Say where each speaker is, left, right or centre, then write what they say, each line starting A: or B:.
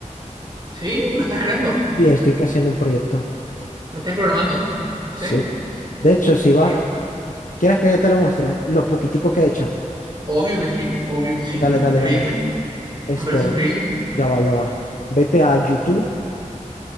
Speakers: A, on the right; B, on the left.
A: Sí, lo estás creando,
B: Sí, estoy haciendo un proyecto.
A: lo estás programando. ¿Sí?
B: Sí. De hecho, si vas,
A: Que-
B: ¿quieres que te lo muestre? Un- Lo poquitico que he hecho.
A: obvio que sí, obvio que sí.
B: Dale, dale,
A: Increíble.
B: dale. Esto,
A: Me parece increíble.
B: ya va, ya va. Vete a YouTube,